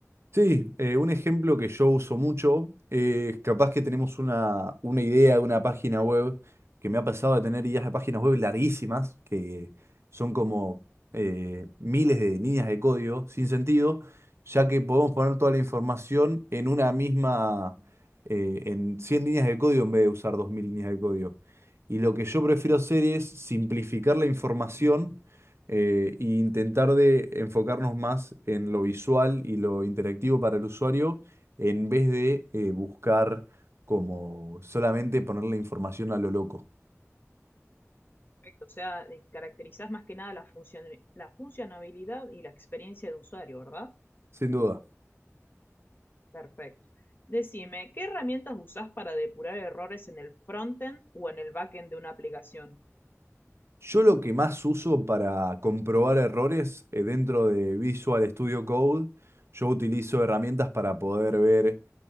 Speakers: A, on the right (about 55°); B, on the left (about 40°).
A: Sí, eh, un ejemplo que yo uso mucho es capaz que tenemos una, una idea de una página web, que me ha pasado de tener ideas de páginas web larguísimas, que son como eh, miles de líneas de código sin sentido, ya que podemos poner toda la información en una misma, eh, en 100 líneas de código en vez de usar 2000 líneas de código. Y lo que yo prefiero hacer es simplificar la información eh, e intentar de enfocarnos más en lo visual y lo interactivo para el usuario en vez de eh, buscar como solamente ponerle información a lo loco.
B: Perfecto. O sea, de- caracterizás más que nada la función, la funcionalidad y la experiencia de usuario, ¿verdad?
A: Sin duda.
B: Perfecto. Decime, ¿qué herramientas usás para depurar errores en el frontend o en el backend de una aplicación?
A: Yo lo que más uso para comprobar errores eh, dentro de Visual Studio Code, yo utilizo herramientas para poder ver